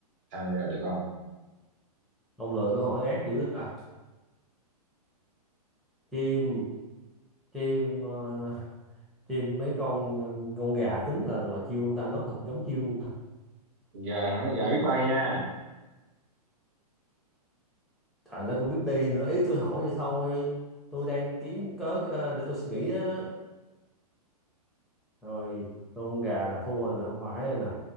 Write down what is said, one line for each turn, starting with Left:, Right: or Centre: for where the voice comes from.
Right: sao trả lời được không?
Centre: ông lựa câu hỏi ác dữ à chim chim ờ, chim mấy con con gà tính là loài chim không ta nó thuộc giống chim không ta?
Right: gà hả gà biết bay nha
Centre: trời nó cũng biết đi nữa ý tôi hỏi vậy thôi tôi đang kiếm cớ ờ, để tôi suy nghĩ á rồi con gà là thua là không phải nè